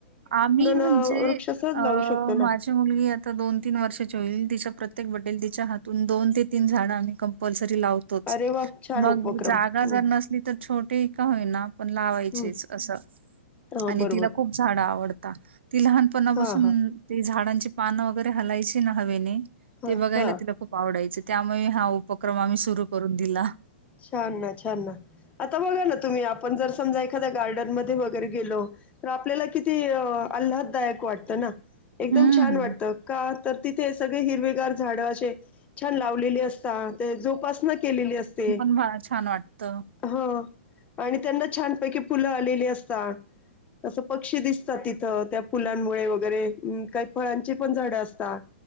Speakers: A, on the right (about 70°); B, on the left (about 20°).
A: आम्ही म्हणजे,
B: अ, वृक्ष सहज
A: अ
B: लावू शकतो ना.
A: माझी मुलगी आता दोन-तीन वर्षाची होईल तिच्या प्रत्येक बर्डे ला, तिच्या हातून दोन ते तीन झाडं आम्ही कंम्पल तरी लावतोच
B: अरे वाह! छान
A: मग
B: उपक्रम.
A: जागा
B: हं,
A: जर नसली तर छोटी का होईना पण लावायचेच
B: हं.
A: असं
B: हां,
A: आणि
B: बरोबर.
A: तिला खूप झाडं आवडतात. ती लहानपणापासून
B: हां, हां.
A: ती झाडांची पानं वगैरे हलायची ना हवेने
B: हां,
A: ते बघायला
B: हां.
A: तिला खूप आवडायचं त्यामुळे हा उपक्रम आम्ही सुरू करून दिला.
B: छान ना! छान ना! आता बघा ना तुम्ही आणि आपण जर समजा एखाद्या गार्डन मधे वगैरे गेलो तर आपल्या किती आल्हाददायक वाटतं. ना एकदम
A: हं.
B: छान वाटतं का तर तिथे सगळी हिरवीगार झाडं असे छान लावलेली असतात ते जोपासना केलेली असते.
A: हा, छान वाटतं.
B: हं. आणि त्यांना छानपैकी फुलं आलेली असतात, असं पक्षी दिसतात तिथं तर त्या फुलांमुळे वगैरे काही फळांची पण झाडं असतात